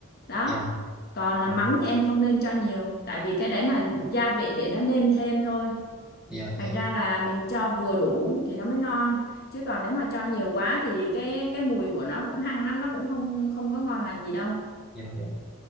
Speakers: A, on the left (about 50°); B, in the centre.
A: đó
B: dạ
A: còn là
B: dạ
A: mắm thì em không nên cho nhiều tại vì cái đấy là gia vị để nó nêm thêm thôi
B: dạ
A: thành
B: dạ dạ
A: ra là mình cho vừa đủ thì nó mới ngon chứ còn nếu mà cho nhiều quá thì cái cái mùi của nó cũng hăng lắm nó cũng không không có ngon lành gì đâu
B: dạ dạ.